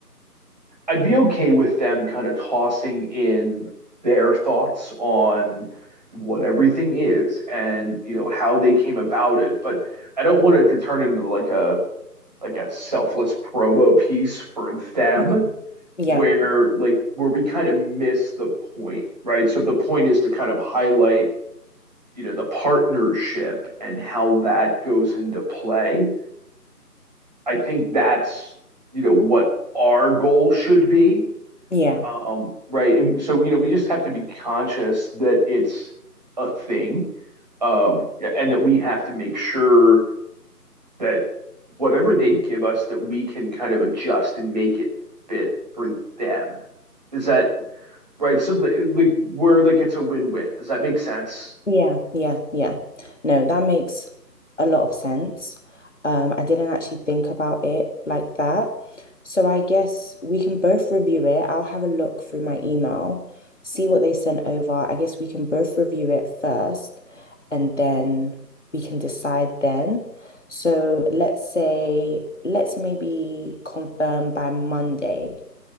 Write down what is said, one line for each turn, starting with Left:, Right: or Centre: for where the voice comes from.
Right: I'd be okay with them kind of tossing in their thoughts on what everything is and you know how they came about it. But I don't want it to turn into like a like a selfless promo piece for them
Left: Okay. Yeah.
Right: where like where we kind of miss the point, right? So if the point is to kind of highlight, you know, the partnership and how that goes into play, I think that's, you know, what our goal should be.
Left: Yeah.
Right: Um, right. And so, you know, we just have to be conscious that it's a thing, um, and that we have to make sure that whatever they give us that we can kind of adjust and make it fit for them. Does that right? So like we're like it's a win-win. Does that make sense?
Left: Yeah, yeah, yeah. No, that makes a lot of sense. Um, I didn't actually think about it like that. So I guess we can both review it. I'll have a look through my email, see what they sent over. I guess we can both review it first and then we can decide then. So let's say, let's maybe confirm by Monday